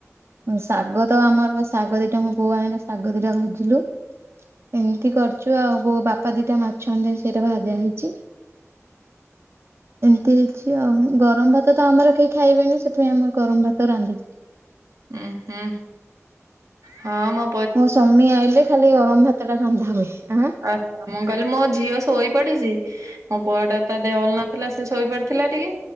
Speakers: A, on the right; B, on the right.
A: ଶାଗ ତ ଆମର ଶାଗ ଦିଟା ମୋ ବୋଉ ଆଁଇଲା ଶାଗ ଦିଟା ଭାଜିଲୁ। ଏମିତି କରୁଛୁ ଆଉ ବୋଉ ବାପା ଦିଟା ମାଛ ଆଣିଦେ ସେଇଟା ଭାଜା ହେଇଛି। ଦେଇଛି ଆଉ ଗରମ ଭାତ ତ ଆମର କେହି ଖାଇବେନି ସେଥିପାଇଁ ଆମର ଗରମ ଭାତ ରାନ୍ଧ
B: ଊଂହୁଁ ହଁ ମ
A: ମୋ ସ୍ୱାମୀ ଆଇଲେ ଖାଲି ଗରମ ଭାତ ଟା ରନ୍ଧା ହୁଏଁ।
B: ଆ ମୁଁ କହିଲି ମୋ ଝିଅ ଶୋଇ ପଡିଛି ମୋ ପୁଅ ଟା ତା ଦେହ ହଲ ନଥିଲା ସେ ଶୋଇପାରିଥିଲା ଟିକେ